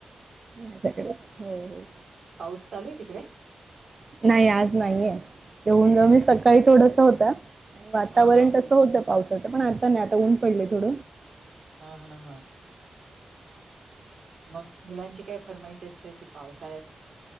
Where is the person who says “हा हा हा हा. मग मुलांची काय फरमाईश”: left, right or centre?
Right